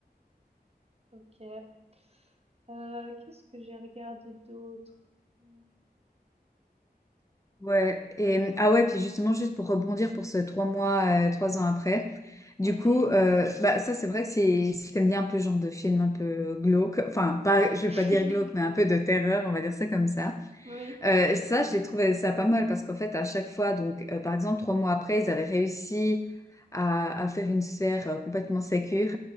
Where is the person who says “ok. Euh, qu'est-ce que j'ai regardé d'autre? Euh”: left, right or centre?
Right